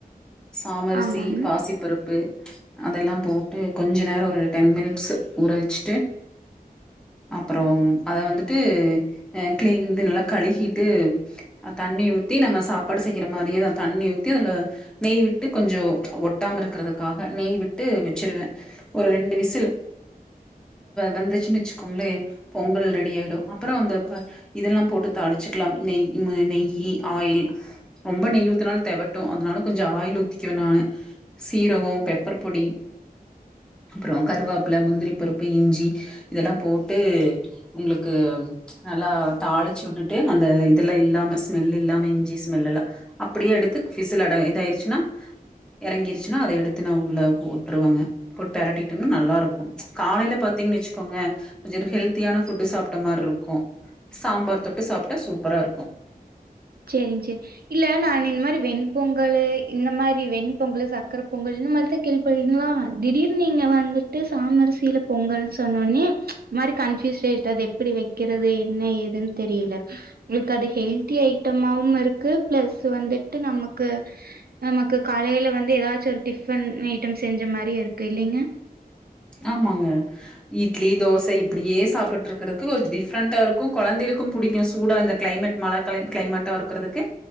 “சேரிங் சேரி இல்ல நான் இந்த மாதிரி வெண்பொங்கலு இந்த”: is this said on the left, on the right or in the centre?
Right